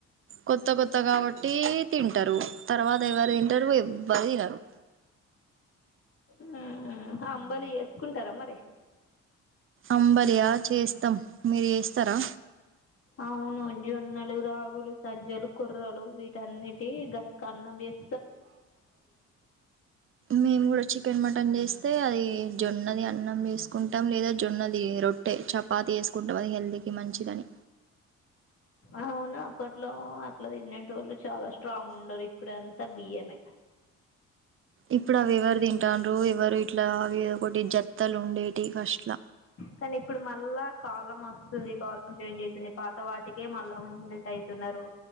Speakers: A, on the right (about 45°); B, on the left (about 50°).
A: కొత్త కొత్త కాబట్టి తింటారు తర్వాత ఎవరు తింటారు ఎవ్వరు తినరు.
B: హ్మ్ అంబలి చేసుకుంటారా మరి.
A: అంబలియా చేస్తాం మీరు చేస్తారా.
B: అవును జొన్నలు రాగులు సజ్జలు. కోర్రలు వీటన్నిటి గట్గా అన్నం చేస్.
A: మేము కూడా చికెన్ మటన్ చేస్. తే అది జొన్నది అన్నం చేసుకుంటాం లేదా జొన్నది రొట్టె చపాతి చేసుకుంటాం అది హెల్దీ కి మంచిదని
B: అవును అప్పట్లో అట్ల తినేటోళ్ళు చాల స్ట్రాంగ్ ఉండరు ఇప్పుడ త బియ్యమే
A: ఇప్పుడు అవి ఎవరు తింటాండ్రు ఎవరు ఇట్లా అవి ఒకటి జత్తాలు ఉండేటి ఫస్ట్ల
B: కానీ ఇప్పుడు మళ్ళా కాలం వస్తుంది క చేంజ్ అయితుంది పాత వాటికే మళ్ళ మెల్ట్ అయితున్నారు